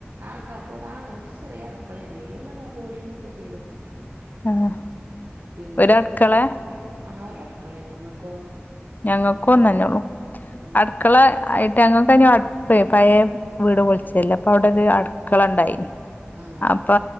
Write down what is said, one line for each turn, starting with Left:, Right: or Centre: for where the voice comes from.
Right: ആഹ് കബോർഡ് ആഹ് ഒരു ചെറിയ അടുക്കളല്ലേ അതിനുള്ള കബോർടൊക്കെ ചെയ്തുക്കണു
Left: ആഹ്
Right: പിന്നെ
Left: ഒരടുക്കളെ
Right: ഇനിആഹ് ഒരു അടുക്കളേ നിങ്ങൾക്കോ
Left: ഞങ്ങൾക്കു ഒന്നന്നേള്ളു
Right: ഉം
Left: അടുക്കള ആയി- ട്ട് ഞങ്ങൾക്ക്നി അടുപ്പ് പഴയ വീട് പൊളിച്ചല്ല അപ്പ അവിടെ ഒരു അടുക്കളണ്ടായിനി
Right: ആഹ് ആഹ്
Left: അപ്പൊ